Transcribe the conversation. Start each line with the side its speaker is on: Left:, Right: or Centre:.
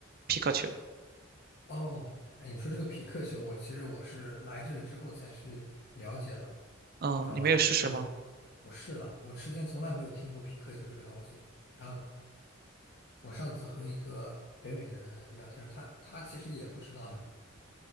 Right: 皮克球。
Left: 哦，哎，你说这个匹克球，我其实我是来这里之后才去了解的，
Right: 嗯，
Left: 你知道吗？
Right: 你没有试试吗？
Left: 我我试了，我之前从来没有听过匹克球这个东西。然后我上次和一个北美的人聊天，他他其实也不知道的。